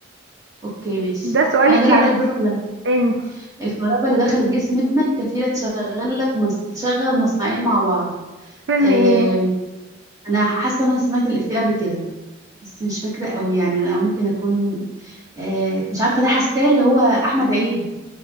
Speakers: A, on the right; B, on the right.
A: اوكي ماشي
B: ده سؤالك
A: انا ده اللي
B: انت
A: عليا الدور ولا
B: انت
A: الكهرباء اللي دخلت جسم ابنك كفيلة تشغل لك مص... تشغل مصنعين مع بعض
B: فيلم
A: آه...
B: ايه
A: أنا حاسة إن أنا سمعت الإفيه قبل كده بس مش فاكرة قوي يعني أنا ممكن أكون آه... مش عارفة ده حاساه اللي هو أحمد عيد